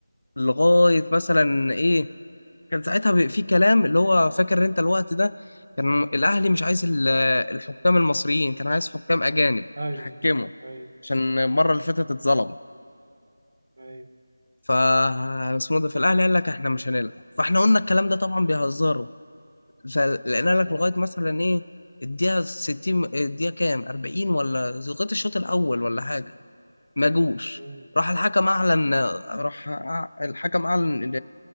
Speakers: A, on the left; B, on the right.
A: لغاية مثلا إيه كان ساعتها بي- في كلام اللي هو فاكر أنت الوقت ده كان الأهلي مش عايز ال- الحكام المصريين كان عايز حكام أجانب
B: ايوه
A: يحكموا
B: ايوه
A: عشان المرة اللي فاتت اتظلم
B: ايوه
A: ف اسمه ده في الاهلي قال لك احنا مش هنلعب فاحنا قلنا الكلام ده طبعا بيهزروا فلقينا
B: نو
A: لك لغايه مثلا ايه الدقيقه 60 الدقيقه كام 40 ولا لغايه الشوط الاول ولا حاجه ما جوش
B: مم.
A: راح الحكم اعلن راح أع- الحكم اعلن